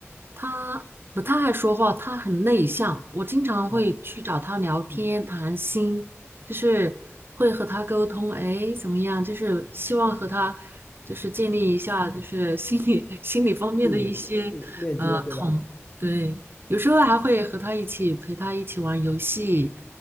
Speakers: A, on the right; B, on the left.
A: 他不太爱说话，他很内向，我经常会去找他聊天谈心，
B: 啊，嗯，
A: 就是会和他沟通，哎，怎么样？就是希望和他就是建立一下，就是心理 <laughs> 心理方面的一些呃同，
B: 一点链链接对吧？
A: 对。有时候还会和他一起陪他一起玩游戏，